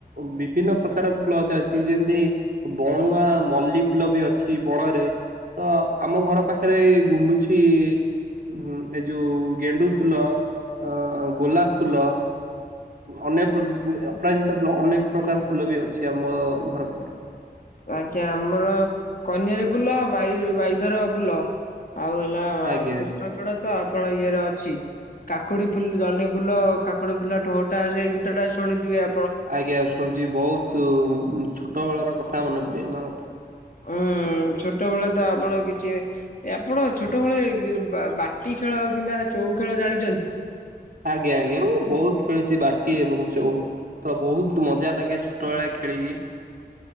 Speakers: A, on the right (about 60°); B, on the left (about 55°).
A: ବିଭିନ୍ନ ପ୍ରକାର ଫୁଲ ଗଛ ଅଛି ଯେମତି ବଣୁଆ ମଲ୍ଲି ଫୁଲ ବି ଅଛି। ବଣରେ ତ ଆମ ଘର ପାଖରେଇ ଗୁଣ୍ଡୁଛି ଉଁ ଏ ଯଉ ଗେଣ୍ଡୁ ଫୁଲ ଅ ଗୋଲାପ ଫୁଲ। ଅନେ ଅ ଅପରାଜିତ ଫୁଲ ଅନେକ ପ୍ରକାର ଫୁଲ ବି ଅଛି ଆମ ଘର ପାଖରେ।
B: ଆଜ୍ଞା ଆମର କନିଆରି ଫୁଲ ବାଇ ବାଇଧର ଫୁଲ। ଆଉ ହେଲା
A: ଆଜ୍ଞା
B: କୃଷ୍ଣଚୂଡ଼ା ତ ଆପଣ ଇଏରେ ଅଛି। କାକୁଡି ଫୁଲ ଜହ୍ନି ଫୁଲ କାକୁଡି ଫୁଲ ଠୋଟା ସେ ଗୀତଟା ଶୁଣିଥିବେ ଆ
A: ଆଜ୍ଞା ଶୁଣିୁଛି ବୋହୁତ ଛୋଟ ବେଳର କଥା ମନେ ପଡିଗଲା ମତେ।
B: ଉଁ ଛୋଟବେେଳେ ତ ଆପଣ କିଛି ଏ ଆପଣ ଛୋଟବେଳେ ବାଟି ଖେଳ କିମ୍ବା ଚଉ ଖେଳ ଜାଣିଛନ୍ତି?
A: ଆଜ୍ଞା ଆଜ୍ଞା ମୁଁ ବୋହୁତ ଖେଳିଚି ବାଟି ଏବଂ ଆଉ ତ ବୋହୁତ ମଜା ଲାଗେ ଛୋଟବେଳେ ଖେଳିକି।